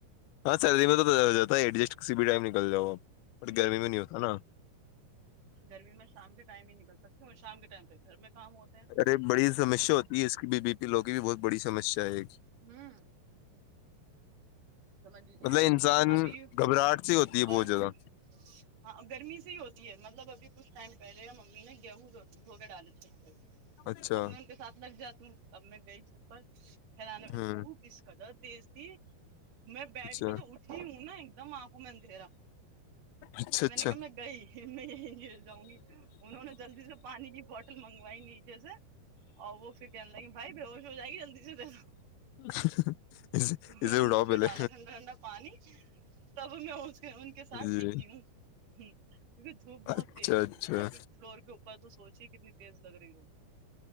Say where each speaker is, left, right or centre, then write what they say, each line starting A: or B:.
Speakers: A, on the left (about 80°); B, on the right (about 55°).
A: ہاں سیلری میں تو ز ہو جاتا ہے ایڈجسٹ کسی بھی ٹائم نکل جاؤ آپ بٹ
B: ہوں
A: گرمی میں نہیں ہوتا نا
B: گرمی میں شام کے ٹائم ہی نکل سکتی ہوں اور شام کے ٹائم پہ گھر میں کام ہوتا
A: ارے بڑی سمسیا ہوتی ہے اس کی بی بی پی لوگ کی بھی بہت بڑی سمسیا ہے ایک
B: ہوں سمجھ لیجیے
A: مطلب انسان
B: ابھی اوپر
A: گھبراہٹ سی ہوتی ہے بہت زیادہ
B: ہم ہاں گرمی سے ہی ہوتی ہے مطلب ابھی کچھ ٹائم پہلے امی نے گیہوں بھوگے ڈالےتے
A: اچھا
B: اب میں ان کے ساتھ لگ جاتی ہوں اب میں گئی چھت پر پھیلان میں
A: ہوں
B: دھوپ اس قدر تیز تھی میں بیٹھ
A: اچھا
B: کے جو اٹھی ہوں نا ایک دم آپ میں ان دھی رہا
A: اچھا
B: میں
A: اچھا
B: نے کہ میں گئی میں یہیں گ جاؤں گی انہوں نے جلدی سے پانی کی بوٹل منگوائی نیچے سے اور وہ پھر کہنے لگی بھائی ب ہوش ہو جائے گی جلدی سے دو
A: <inaudible>
B: میں
A: اسے
B: نے
A: اٹھاؤ
B: منہ پہ
A: پہلے
B: ڈالا ٹھنڈا ٹھنڈا پانی تب میں ان کے ساتھ
A: جی
B: ٹکی ہوں کیونکہ دھوپ بہت
A: اچھا
B: تیز
A: اچھا
B: تھی اور ففت فلور کے اوپر تو سوچی کتنی تیز لگ رہی روم